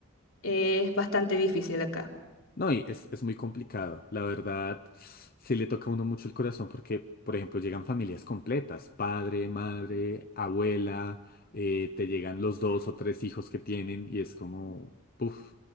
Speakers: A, on the left (about 80°); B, on the left (about 45°).
A: Eh, es bastante difícil acá.
B: No, y es, es muy complicado. La verdad, sí le toca a uno mucho el corazón porque, por ejemplo, llegan familias completas, padre, madre, abuela, eh, te llegan los dos o tres hijos que tienen y es como, puff,